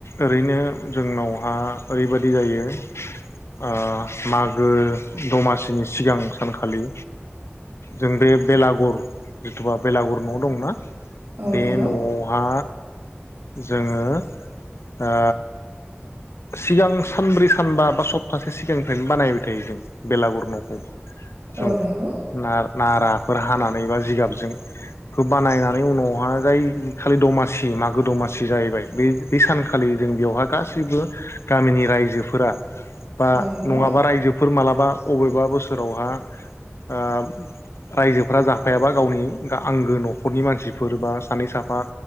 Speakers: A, on the left (about 80°); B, on the right (about 65°).
A: ओरैनो जोंनावहा ओरैबादि जायो ओ मागो दमासिनि सिगां सानखालि जों बे बेलागुर जिथुबा बेलागुर न दंना
B: औ
A: बे
B: नंगौ
A: नआवहा जोङो ओ सिगां सानब्रै सानबा बा सप्तासे सिगां फ्रायनो बानायबाय थायो जों बेलागुर नखौ जों
B: औ नंगौ
A: ना-नाराफोर हानानै एबा जिगाबजों खो बानायनानै उनावहाय जाय खालि दमासि मागो दमासि सि जाहैबाय बे बे सानखालि जों बेयावहाय गासै गासिबो गामिनि रायजोफोरा बा
B: औ नंगौ
A: नङाबा रायजोफोर मालाबा बबेबा बोसोरावहा ओ रायजोफोरा जाफायाबा गावनि आंगो नखरनि मानसिफोर बा सानै साफा